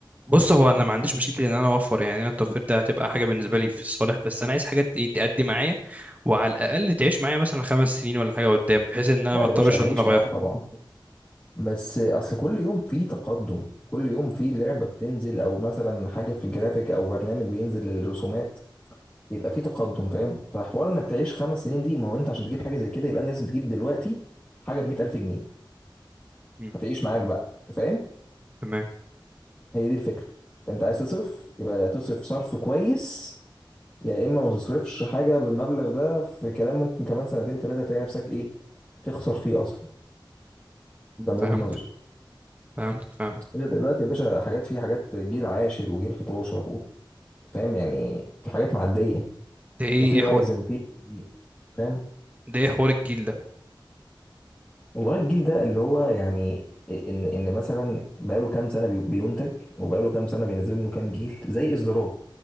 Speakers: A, on the right; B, on the left.
A: بص هو انا ما عنديش مشكله ان انا اوفر يعني انا التوفير ده هتبقى حاجه بالنسبه لي في الصالح بس انا عايز حاجه ت- تأدي معايا وعلى الاقل تعيش معايا مثلا خمس سنين ولا حاجه قدام بحيث ان انا
B: لا
A: ما اضطرش
B: يا باشا هتعيش
A: ان انا اغير
B: معاك طبعا بس اصل كل يوم فيه تقدم كل يوم فيه لعبه بتنزل او مثلا حاجه في الجرافيك او برنامج بينزل للرسومات بيبقى فيه تقدم فاهم فحوار انك تعيش خمس سنين دي ما هو انت عشان تجيب حاجه زي كده يبقى انت لازم تجيب دلوقتي حاجه ب 100000 جنيه
A: مم.
B: هتعيش معاك بقى انت فاهم
A: تمام
B: هي دي الفكره انت عايز تصرف يبقى تصرف صرف كويس يا اما ما تصرفش حاجه بالمبلغ ده في كلام ممكن كمان سنتين ثلاثه تلاقي نفسك ايه بتخسر فيه اصلا ده من
A: فهمت
B: وجهه نظري
A: فهمت فهمت
B: انت دلوقتي يا باشا حاجات فيها حاجات جيل عاشر وجيل 11 و... فاهم يعني في حاجات معديه
A: ده ايه
B: وفي
A: إيه
B: رايزن
A: حو...
B: في دي فاهم
A: ده ايه حوار الجيل ده
B: والله الجيل ده اللي هو يعني ان ان مثلا بقاله كام سنه بي- بينتج وبقاله كام سنه بينزلوا منه كام جيل زي اصدارات